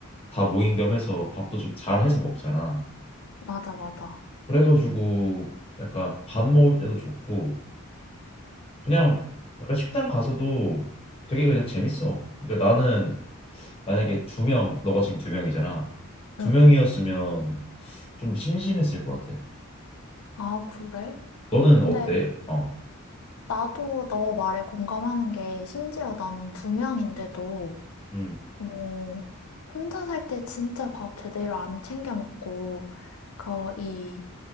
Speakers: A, on the left; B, on the left.
A: 다 모인 겸 해서 밥도 좀 잘 해서 먹잖아.
B: 맞아, 맞아.
A: 그래가지고 약간 밥 먹을 때도 좋고 그냥 약간 식당 가서도 되게 그냥 재밌어. 그러니까 나는 만약에 두 명, 너가 지금 두 명이잖아. 두
B: 응.
A: 명이었으면 좀 심심했을 것 같아.
B: 아, 그래?
A: 너는
B: 근데
A: 어때? 어,
B: 나도 너 말에 공감하는 게 심지어 나는 두 명인데도
A: 음.
B: 어, 혼자 살 때 진짜 밥 제대로 안 챙겨 먹고, 그, 이